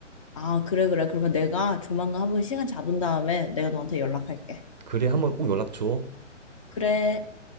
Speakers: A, on the left; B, on the right.
A: 아, 그래, 그래. 그러면 내가 조만간 한번 시간 잡은 다음에 내가 너한테 연락할게.
B: 그래, 한번 꼭 연락 줘.
A: 그래.